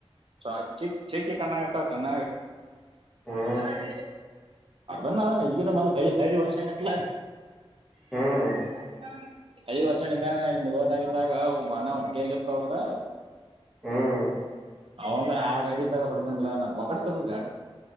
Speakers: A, on the right; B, in the centre.
A: ಚ ಚ ಚ ಕನ್ನಾಗಕ್ಕ ಕನ್ನ
B: ಹ್ಮ್
A: ಯಾಣ ಅರ್ದನ್ನ ಅದ ಇದಗ ಮೊದ್ಲು ಹ ಹ ವರ್ಷ ಎತ್ಲ
B: ಹ್ಮ್
A: ಅದ ಎಳಿ ವರ್ಷಣ ಇದ್ದಾಗ ಅಲ್ಲಿ ಮುದಾಗಿದ್ದಾಗ ಬಾಣ ಹೊಟ್ಟಿಯೆಯಲ್ಲಿ ಇತ್ತ ಅವ್ರದ
B: ಹ್ಮ್
A: ಅವ ಆ ಗಾಡಿ ಇದ್ದಾಗ ಹೊಡದನ್ಲ್ಲ ನಾ ಹೊಗಡೆತದದ ಗಾಡಿ